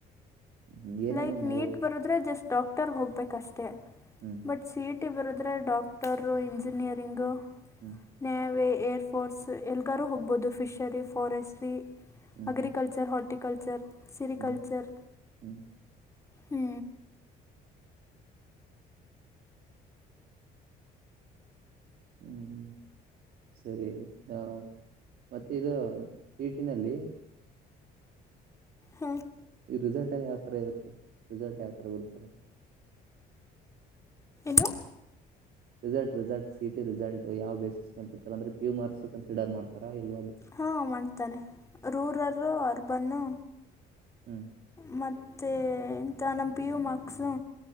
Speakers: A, on the right; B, on the left.
A: ಹ್ಮ್ ಏನೇನು
B: ಲೈಕ್
A: ಮಾಡ್ಬೋದು
B: ನೀಟ್ ಬರದ್ರೆ ಜಸ್ಟ್ ಡಾಕ್ಟರ್ ಹೋಗ್ಬೇಕಷ್ಟೇ
A: ಹ್ಮ್
B: ಬಟ್ ಸೀಇಟ್. ಿ ಬರುದ್ರೆ ಡಾಕ್ಟರ್ ಇಂಜಿನಿಯರಿಂಗು
A: ಹ್ಮ್
B: ನಾವೇ. ಏರ್ ಫೋರ್ಸ್ ಎಲ್ಗಾರು ಹೋಗ್ಬಹುದು ಫಿಷರಿ ಫಾರೆಸ್ಟ್ರಿ
A: ಹ್ಮ್
B: ಅಗ್ರಿಕಲ್ಚರ್
A: ಹ್ಮ್
B: ಹಾರ್ಟಿಕ ಕಲ್ಚರ್ ಸರಿ
A: ಹ್ಮ್
B: ಕಲ್ಚರ್
A: ಹ್ಮ್
B: ಹ್ಮ.
A: ಹ್ಮ್್ಮ. ಸರಿ ನಾ ಮತ್ತೆ ಇದು ಸಿಇಟಿನಲ್ಲಿ.
B: ಹಾ.
A: ಈ ರಿಸಲ್ಟ್ ಎಲ್ಲಿ ಯಾವತರ ಇರುತ್ತೆ ರಿಸಲ್ಟ್ ಯಾವ್ತರ ಬಿಡ್ತಾರೆ.
B: Hello.
A: Result result CET result ಯಾವ ಬೇಸಿಸ್ ಮೇಲ್ ಬಿಡ್ತಾರೆ ಅಂದ್ರ ಪು ಮಾರ್ಕ್ಸ್ ಕನ್ಸಿಡರ್ ಮಾಡತಾ ಇಲ್.
B: ಹಾಂ ಮಾಡ್ತಾನೆ ರೂರರು ಅರ್ಬನ್ನು.
A: ಹ್ಮ್
B: ಮೆ ಇಂಥ ನಮ್ಮ ಪಿ ಯು ಮಾರ್ಕ್ಸು.